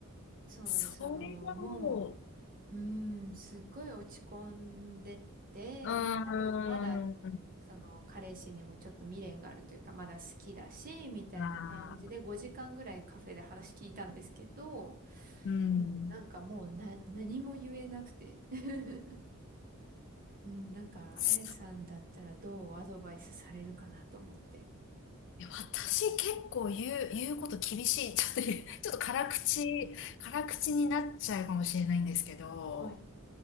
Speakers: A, on the right; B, on the left.
A: そうなんですよ。
B: それはも
A: もう、うーん、すっごい落ち込んでて、
B: う、
A: まあ多分まだ、
B: うーん、
A: その彼氏にもちょっと未練があるというか、まだ好きだし、みたいな感じで5時間ぐらいカフェで話聞いたんですけど、
B: ああ、うん。
A: うんなんかもうな、何も言えなくて。<laughs> うん、なんか、
B: そう
A: あやさんだったらどうアドバイスされるかなと思って。
B: いや私結構言う、言うこと厳しい。<laughs> ちょっと言う、ちょっと辛口、辛口になっちゃうかもしれないんですけど、
A: はい。